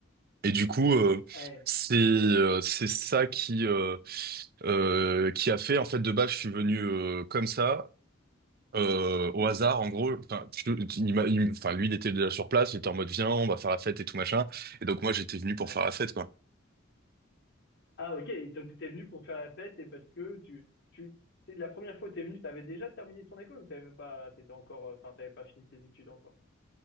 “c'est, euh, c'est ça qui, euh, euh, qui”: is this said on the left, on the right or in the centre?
Right